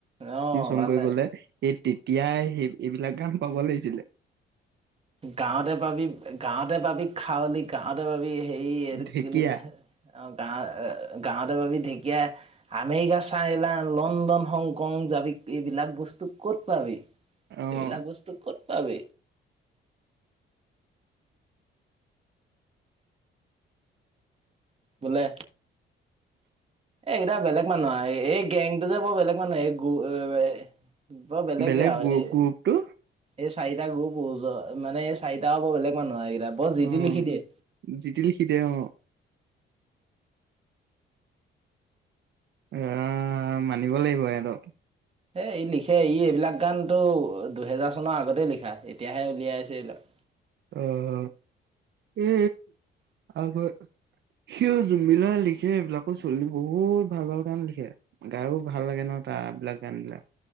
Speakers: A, on the right (about 30°); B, on the right (about 65°).
A: অহ
B: টিউচন
A: ভাল
B: কৰিবলে,
A: লাগে
B: সেই তেতিয়াই সেই এইবিলাক গান পাব লাগিছিলে।
A: গাঁৱতে পাবি, গাঁৱতে পাবি খাৱলি, গাঁৱতে পাবি হেৰি এইটোক
B: ঢেকীয়া
A: কি বুলি কয় অ', গাঁও অ গাঁৱতে পাবি ঢেকীয়া আমেৰিকা, চাইনা, লণ্ডন, হংকং যাবি এইবিলাক বস্তু ক'ত পাবি?
B: অ'
A: এইবিলাক বস্তু ক'ত পাব? বোলে। এ এইকেইটা বেলেগ মানুহ আৰ, এ-এই গেংটো যে বৰ বেলেগ মানে এই গ এ, বৰ বেলেগে
B: বেলেগ
A: আও
B: গ্ৰু
A: এই
B: গ্ৰুপটো
A: এই চাৰিটা গ্ৰুপ উ জ, মানে এই চাৰিটাও বৰ বেলেগ মানুহ আহ ব যিটি
B: অ'
A: লিখি দিয়ে।
B: জিতিল সিদে অ' আহ, মানিব লাগিব এহঁতক।
A: এ ই লিখে, ই এইবিলাক গানতো দুহেজাৰ চনৰ আগতে লিখা এতিয়াহে উলিয়াইছে এইবিলাক।
B: অ' অ', এ আ সিও জোনবিলা লিখে এইবিলাকো চলিব, বহুত ভাল ভাল গান লিখে গায়ো ভাল লাগে নহ- তা বিলাক গান বিলাক